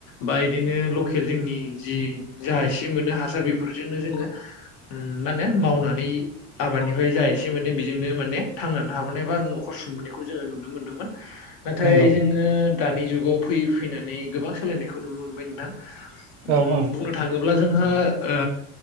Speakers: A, on the left; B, on the right.
A: बा इदिनो लकेल जोंनि जि जा इसे मोनो हासार बेफोरजोंनो जोङो ओम मा होनो मावनानै आबादनिफ्राय जा एसे मोनो बेजोंनो माने थांनानै थाबोनाय बा न'खर सुंबोनायखौ जोङो नुनो मोन्दोंमोन। <inaudible> नाथाय
B: नंगौ
A: जोङो दानि जुगाव फैयै फैनानै गोबां सोलायनायखौ नुनो मोनबाय नोंथां। ओम
B: औ औ
A: बुंनो थाङोब्ला जोंहा ओ